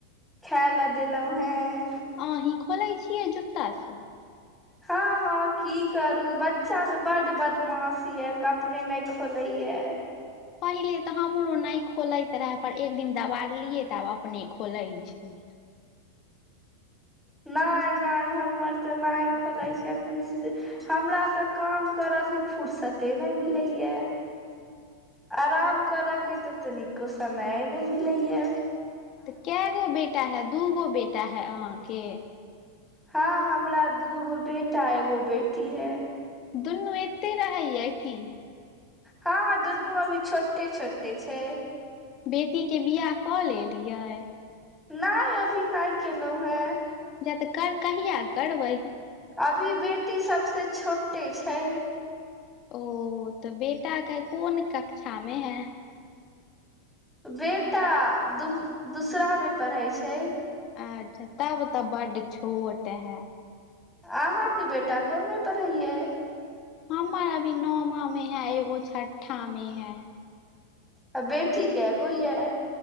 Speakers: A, in the centre; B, on the left.
A: खाय ले देलहुं हें।
B: अहीं खोलै छियै जुता सब?
A: हँ हँ की करू बच्चा स बड बदमाश यऽ क अपने नइ खोलैये।
B: पहिले तऽ हमरो नहि खोलैत रहे, पर एक दिन दबारलियै तऽ आब अपने खोले छै।
A: नइ नइ हमर तऽ नइ खोलै छै, अपने से। हमरा तऽ काम करय स फुुरसते नहि मिलैया। आराम करऽके तऽ तनिको समय नइ मिलैया।
B: तऽ कए गो बेटा है दू गो बेटा है अहाँके?
A: हँ हमरा दूगो बेटा एगो बेटी है।
B: दुनू एते रहैय कि?
A: हँ दुनू अभी छोटे छोटे छै।
B: बेटीके बिआह कऽ लेलियै?
A: नहि अभी नहि केलहुं हें।
B: जा तऽ कर कहिया करबै?
A: अभी बेटी सभसँ छोटे छै।
B: ओ तऽ बेटा के कोन कक्षा में है?
A: बेटा दु दूसरा मे पढ़े छै।
B: अच्छा तब त बड्ड छोट है।
A: आहा के बेटा कोनमें पढ़ैये?
B: हमर अभी नौमा मे है, एगो छठा में है।
A: अ बेटी के गो या यै?